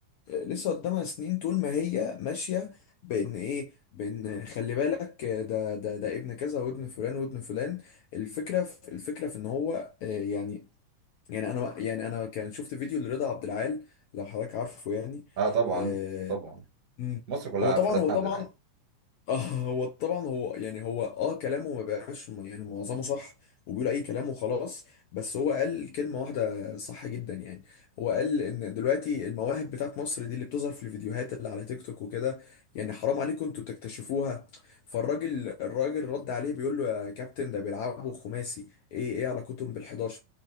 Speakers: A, on the left; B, on the right.
A: لسه قدامها سنين طول ما هي ماشية بإن إيه بإن خلي بالك ده ده ده ابن كذا وابن فلان وابن فلان الفكرة في الفكرة في إن هو آه، يعني يعني أنا يعني أنا كان شفت فيديو لرضا عبد العال لو حضرتك عارفه يعني
B: اه طبعا
A: آه،
B: طبعا
A: مم.
B: مصر كلها
A: هو
B: عارفة
A: طبعا
B: رد
A: هو طبعا
B: عبد العال
A: اه هو طبعا هو يعني هو اه كلامه ما بقاش م- يعني معظمه صح وبيقول اي كلام وخلاص بس هو قال كلمة واحدة صح جدا يعني هو قال ان دلوقتي المواهب بتاعت مصر دي اللي بتظهر في الفيديوهات اللي على تيك توك وكده يعني حرام عليكم انتوا تكتشفوها فالراجل الراجل رد عليه بيقول له يا كابتن ده بيلعبوا خماسي ايه ايه علاقتهم بال11